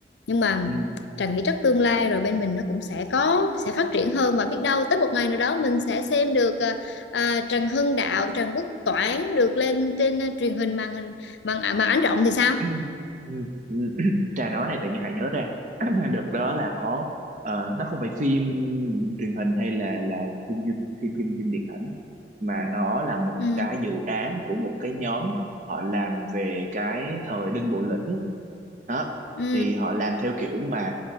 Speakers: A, on the left; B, on the right.
A: nhưng mà
B: ừ.
A: Trà nghĩ chắc tương lai rồi bên mình nó cũng sẽ có sẽ phát triển hơn và biết đâu tới một ngày nào đó mình sẽ xem được à, à, Trần Hưng Đạo Trần Quốc Toản được lên trên à, truyền hình màn hình màn à, màn ảnh rộng thì sao
B: Ừ, ừ. <clears throat> Trà nói này tự nhiên Hải nhớ ra <clears throat> đợt đó là có ờ, nó không phải phim truyền hình hay là là phim du- phim phim phim điện ảnh mà nó là một
A: ừ
B: cái dự án của một cái nhóm họ làm về cái thời Đinh Bộ Lĩnh đó
A: ừ
B: thì họ làm theo kiểu mà